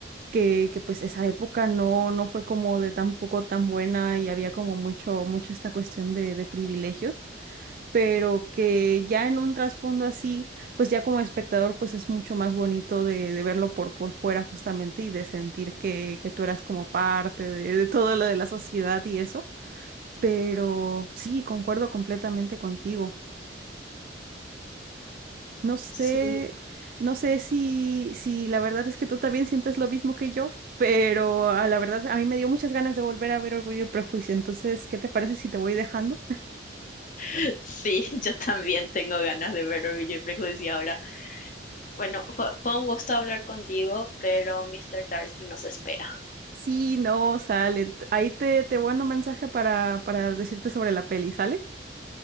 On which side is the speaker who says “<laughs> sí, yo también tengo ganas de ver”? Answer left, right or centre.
Left